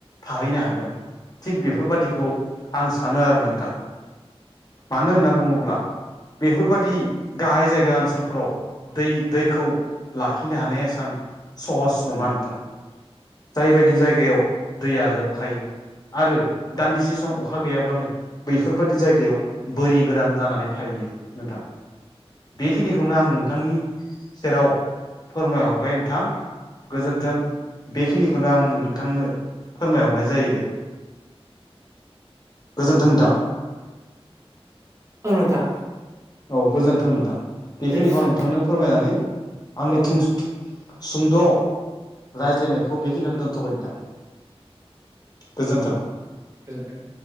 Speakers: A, on the left; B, on the right.
A: थाहैनो हागोन, थिग बेफोरबादिखौ आं सानो आरो नोंथां। मानो होनना बुङोब्ला बेफोरबादि गाहाय जायगा ओनसोलफोराव दै दैखौ लाखिनो हानाया एसां सहस नङा नोंथां। जाय बायदि जायगायाव दैया लोबखायो। आरो दान्दिसे सम अखा गैयाब्लानो बैफोरबायदि जायगायाव बोरि गोरान जानानै थायो। नोंथां, बेखिनिखौनो आं नोंथांनि सेराव फोरमायहरबाय नोंथां। गोजोन्थों। बेखिनिखौनो आं नोंथांनो फोरमायहरनाय जाहैबाय। गोजोन्थों नोंथां।
B: नंगौ नोंथां।
A: औ गोजोन्थों नोंथां। बेखिनिखौ
B: दे होमबा नोंथां
A: आं नोंथांनो फोरमायनानै आंनि
B: औ नोंथां
A: थुं सुंद' रायज्लायनायखौ बेखिनियावनो दोन्थ'बाय नोंथां। गोजोन्थों।
B: गोजोन्थों।